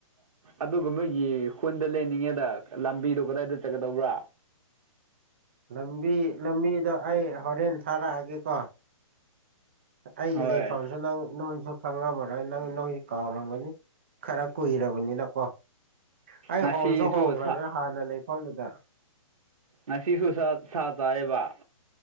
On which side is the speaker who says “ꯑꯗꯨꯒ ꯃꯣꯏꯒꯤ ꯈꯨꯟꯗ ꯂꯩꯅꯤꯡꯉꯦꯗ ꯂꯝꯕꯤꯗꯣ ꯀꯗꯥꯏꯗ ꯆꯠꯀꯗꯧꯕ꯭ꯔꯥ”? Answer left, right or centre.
Right